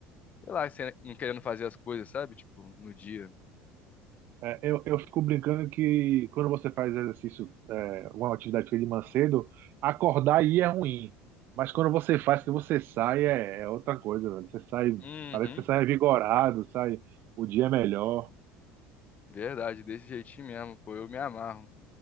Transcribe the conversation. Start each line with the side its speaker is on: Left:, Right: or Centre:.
Left: sei lá, sem- não querendo fazer as coisas, sabe? Tipo, no dia.
Right: É, eu, eu fico brincando que quando você faz exercício, é, alguma atividade física de manhã cedo, acordar aí é ruim. Mas quando você faz, que você sai, é, é outra coisa, velho. Você sai,
Left: Uhum,
Right: parece que você sai revigorado, sai, o dia é melhor.
Left: verdade, desse jeitinho mesmo, pô, eu me amarro.